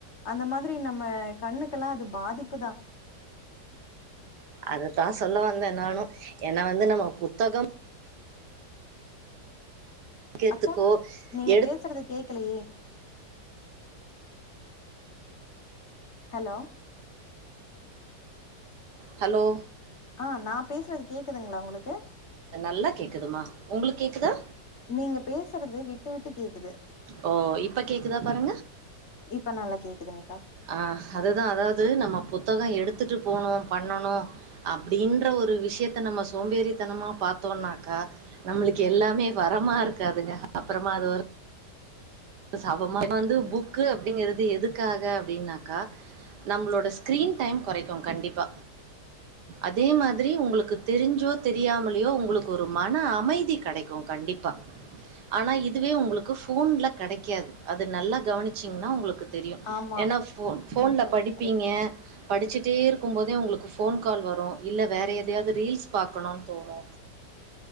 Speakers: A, on the left; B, on the right.
A: அந்த மாதிரி நம்ம கண்ணுக்கெல்லா அது பாதிப்புதா
B: அததா சொல்ல வந்தே நானு ஏன்னா வந்து நம்ம புத்தகம் படிக்கிறதுக்கோ
A: அக்கா நீங்க
B: எடுத்
A: பேசுறத கேக்கலையே ஹலோ
B: ஹலோ
A: ஆ நா பேசுறது கேக்கதுங்களா உங்களுக்கு
B: நல்லா கேக்குதுமா உங்களுக்கு கேக்குதா
A: நீங்க பேசுறது விட்டு விட்டு கேக்குது
B: ஓ! இப்ப கேக்குதா பாருங்க.
A: இப்ப நல்லா கேக்குதுங்க்கா
B: ஆ அதுதா அதாவது நம்ம புத்தக எடுத்துட்டு போணு பண்ணணு அப்டின்ற ஒரு விஷயத்த நம்ம சோம்பேறித்தனமா பாத்தோன்னாக்கா நம்மளுக்கு எல்லாமே வரமா இருக்காதுங்க அப்பறமா அது ஒரு சாபமா வந்து புக் அப்டிங்கறது எதுக்காக அப்படின்னாக்கா நம்மளோட ஸ்கிரீன் டைம் கொறைக்கு கண்டிப்பா அதே மாதிரி உங்களுக்கு தெரிஞ்சோ தெரியாமலயோ உங்களுக்கு ஒரு மன அமைதி கெடைக்கு கண்டிப்பா ஆனா இதுவே உங்களுக்கு ஃபோன்ல கெடைக்காது அது நல்லா கவனிச்சீங்கன்னா உங்களுக்கு தெரியு
A: ஆமா
B: ஏன்னா ஃபோன் ஃபோன்ல
A: நீங்க சொல்றது
B: படிப்பீங்க
A: கரெக்ட்
B: படிச்சிட்டே இருக்கும்போதே உங்களுக்கு ஃபோன் கால் வரு இல்ல வேற எதையாவது ரீல்ஸ் பாக்கணுன்னு தோணு